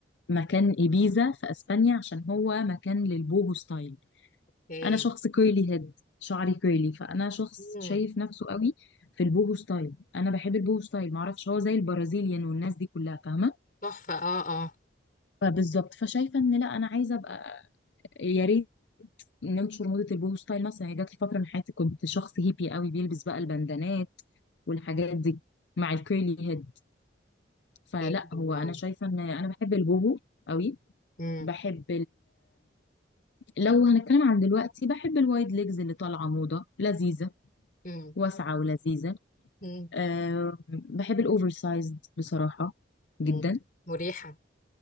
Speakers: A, on the left; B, on the left.
A: مكان إبيزا في أسبانيا عشان هو مكان للبوهو ستايل
B: ايه
A: أنا شخص كيرلي هيد شعري كيرلي فأنا شخص
B: امم
A: شايف نفسه قوي في البوهو ستايل أنا بحب البوهو ستايل معرفش هو زي البرازيليان والناس دي كلها فاهمة
B: تحفه اه اه
A: فبالظبط فشايفة إن لا أنا عايزة أبقى يا ريت ننشر موضة البوهو ستايل مثلا هي جات لي فترة من حياتي كنت شخص هيبي قوي بيلبس بقى البندانات والحاجات دي مع الكيرلي هيد فلا
B: ايه
A: هو
B: واو
A: أنا شايفة إن أنا بحب البوهو قوي
B: امم
A: بحب لو هنتكلم عن دلوقتي بحب الوايد ليجز اللي طالعه موضه لذيذه
B: امم
A: واسعه ولذيذه
B: امم
A: أه بحب الاوفر سايزد بصراحه جدا
B: امم مريحة